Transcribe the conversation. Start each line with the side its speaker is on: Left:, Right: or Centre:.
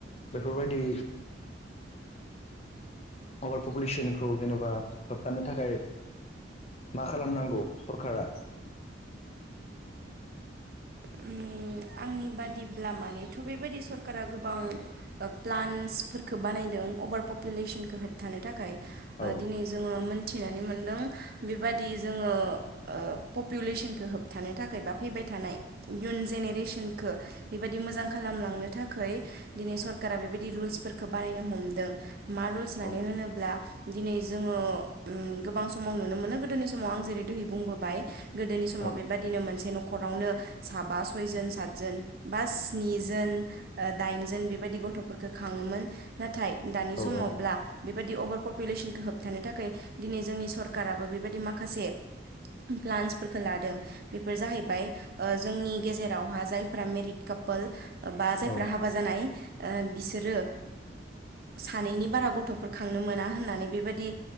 Left: बेफोरबायदि अभार पपुलेसनखौ जेनेबा होबथानो थाखाय मा खालामनांगौ सरखारा
Right: उम आंनि बादिब्ला मानेथ' बेबायादि सरकारा गोबां प्लान्सफोरखौ बानायदों भारुेसनखौ होबथानो थाखाय
Left: औ
Right: दिनै जोङो मोनथिनानै मोन बेबदि जोङो पपुलेसनखौो होबथानो थाखाय बा फैबाय थानाय इयुन जेनेरेसन बेबायदि मोजां खालामलांनो थाखाय दिनै सरखारारा बेबायदि रुलसफोरखौ बानायनो हमदों मा रुल्स होननानै
Left: औ
Right: होनोब्ला दिनै जोङो गोबां समाव नुनो मोनो गोदोनि समाव आं जेरै दैहै बुंबोबाय गोदोनि समाव
Left: औ
Right: बेबायाददिनो मोनसे न'खरावनो साबा सयजोन सा जोन बा स्नि जोन दाइनजोन बेबायदि गथ'फोरफोरखौ खाङोमोन ना नाथाय दानि
Left: औ
Right: समावब्ला बेबाददि अभार पपुलेसनखौ होबथानो थाखाय दिनै जोंनि सरकाराबो बेबायदि माखासे प्लान्सफोरखौ लादों बेफोर जाहैबाय जोंनि गेजेरावहा जाय मेरिद कापोल बा जायफोरा
Left: औ
Right: हाबा जानाय बिसोरो सानैनि बारा गथ'फोर खांनो मोना होननानै बेबायदि